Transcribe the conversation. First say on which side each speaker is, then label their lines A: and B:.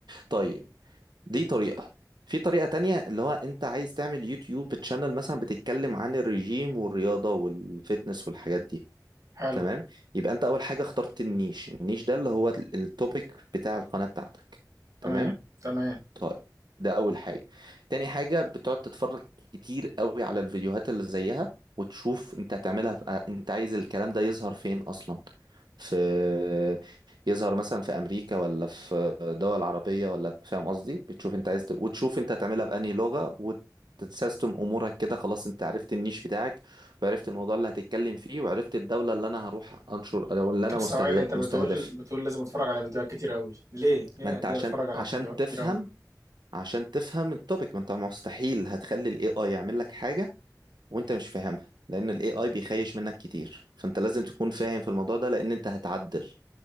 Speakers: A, on the right (about 80°); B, on the right (about 45°).
A: طيب دي طريقة في طريقة تانية اللي هو انت عايز تعمل يوتيوب تشانل مثلا بتتكلم عن الرجيم والرياضة والفتنس والحاجات دي
B: حلو
A: تمام يبقى انت اول حاجة اخترت النيش النيش ده اللي هو التوبيك بتاع القناة بتاعتك
B: تمام
A: تمام
B: تمام
A: طيب ده اول حاجه تاني حاجه بتقعد تتفرج كتير قوي على الفيديوهات اللي زيها وتشوف انت هتعملها في... آه، انت عايز الكلام ده يظهر فين اصلا في <laughs> يظهر مثلا في امريكا ولا في دول عربيه ولا فاهم قصدي بتشوف انت عايز ت... وتشوف انت هتعملها بأنهي لغه وتسيستم امورك كده خلاص انت عرفت النيش بتاعك وعرفت الموضوع اللي هتتكلم فيه وعرفت الدوله اللي انا هروح انشر او اللي انا
B: طب ثواني
A: مستهدف
B: أنت بتقول
A: مستهدف
B: بتقول لازم أتفرج على فيديوهات كتير أوي ليه ليه
A: ما انت
B: ليه
A: عشان
B: أتفرج على
A: عشان
B: فيديوهات
A: تفهم
B: كتير أوي
A: عشان تفهم التوبيك ما انت مستحيل هتخلي الاي اي يعمل لك حاجة وانت مش فاهمها لان الاي اي بيخيش منك كتير فانت لازم تكون فاهم في الموضوع ده لان انت هتعدل